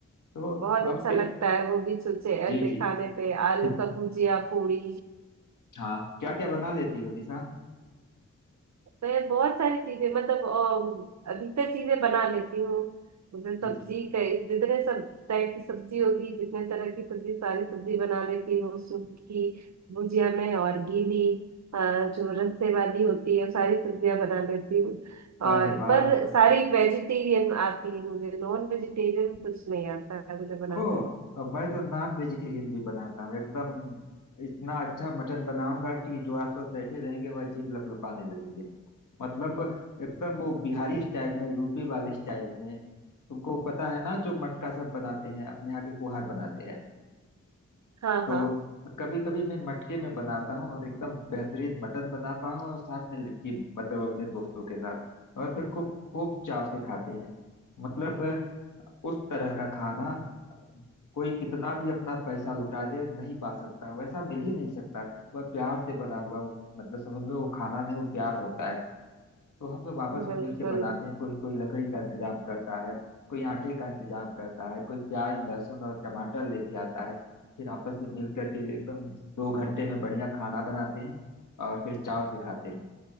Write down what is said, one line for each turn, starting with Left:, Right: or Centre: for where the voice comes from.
Left: तो
Right: बहुत
Left: और
Right: अच्छा
Left: क्या
Right: लगता है वो भी सोचे
Left: जी
Right: ऐसे
Left: जी
Right: खाने पे
Left: <laughs>
Right: आलू का भुजिया पूरी
Left: हाँ क्या क्या बना लेती हो निशा
Right: मैं बहुत सारी चीजें मतलब अ, अधिकतर चीजें बना लेती हूँ जैसे सब्जी
Left: जी जी
Right: कई जितने सब टाइप की सब्जी होगी जितने तरह की सब्जी सारी सब्जी बना लेती हूँ सूखी भुजिया में और गीली अ, जो रस्से वाली होती है वो सारी सब्जियां बना लेती हूँ और
Left: अरे वाह
Right: पर सारी वेजिटेरियन आती है मुझे नॉन वेजिटेरियन कुछ नहीं आता है मुझे बनाते
Left: ओ अब मैं तो नॉन वेजिटेरियन भी बनाता हूँ एकदम इतना अच्छा मटन बनाऊंगा कि जो आसपास बैठे रहेंगे वह जीभ लपलपाने लगेंगे मतलब एकदम वो बिहारी स्टाइल में यूपी वाले स्टाइल में तुमको पता है ना जो मटका सब बनाते हैं अपने यहाँ के कुहार बनाते हैं
Right: हाँ
Left: तो
Right: हाँ
Left: कभी कभी मैं मटके में बनाता हूँ और एकदम बेहतरीन मटन बनाता हूँ और साथ में लिट्टी मतलब अपने दोस्तों के साथ और फिर खूब खूब चाव से खाते हैं मतलब अ, उस तरह का खाना अ, कोई कितना भी अपना पैसा लुटा दे नहीं पा सकता वैसा मिल ही नहीं सकता वह प्यार से बना हुआ वो मतलब समझ लो वो खाना नहीं वो प्यार होता है तो हम सब आपस
Right: बिल्कुल
Left: में मिलके बनाते हैं कोई कोई लकड़ी का इंतजाम करता है कोई आटे का इंतजाम करता है कोई प्याज लहसुन और टमाटर लेके आता है फिर आपस में मिल करके एकदम दो घंटे में बढ़िया खाना बनाते हैं और फिर चाव से खाते हैं